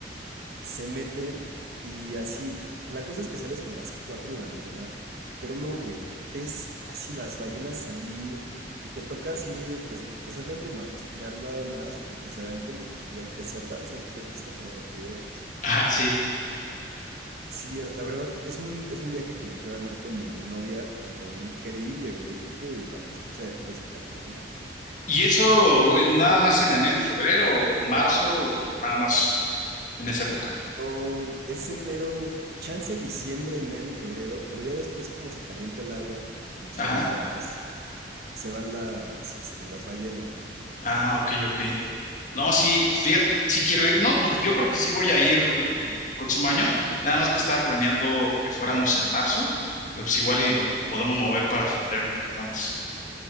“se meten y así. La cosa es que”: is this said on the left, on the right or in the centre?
Right